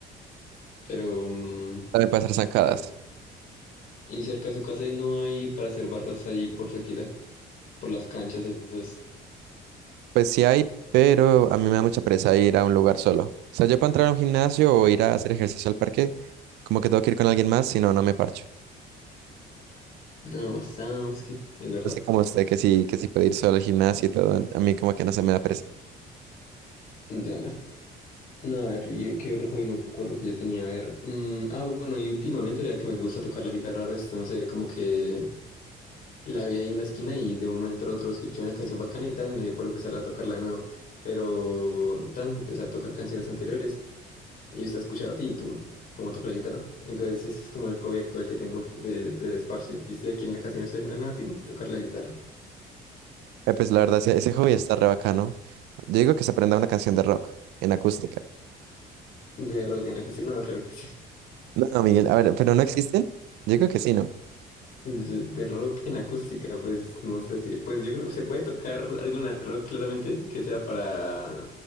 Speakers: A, on the left; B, on the right.
A: Pero, mm,
B: También puede hacer zancadas.
A: Mira, Y cerca de su casa y no hay para hacer barras ahí por cerquita, por las canchas esas.
B: Pues sí hay, pero a mí me da mucha pereza ir a un lugar solo. O sea, yo para entrar a un gimnasio o ir a hacer ejercicio al parque, como que tengo que ir con alguien más, si no, no me parcho.
A: No, Samsky, es verdad.
B: Así como usted que sí, que sí puede ir solo al gimnasio y todo, a mí como que no se me da pereza.
A: Entiendo. No, a ver, ¿y qué otro hobby me acuerdo que yo tenía? A ver, mm, ah, bueno, y últimamente vea que me gusta tocar la guitarra, esto no sé, como que la vi ahí en la esquina y de un momento a otro escuché una canción bacana y tan, me dio por empezar a tocarla de nuevo. Pero tan, empecé a tocar canciones anteriores y usted ha escuchado Tintun, como toco la guitarra. Entonces ese es como el hobby actual que tengo de, de esparcio. Y estoy aquí en la casa y no estoy haciendo nada, tin, tocar la guitarra.
B: Eh, pues la verdad, ese, ese hobby está re bacano. Yo digo que se aprenda una canción de rock en acústica.
A: De rock en acústica, no, claro que sí.
B: No, Miguel, a ver, ¿pero no existen? Yo digo que sí, ¿no?
A: Yo- De rock en acústica, pues no sé si, pues yo creo, se puede tocar alguna rock claramente que sea para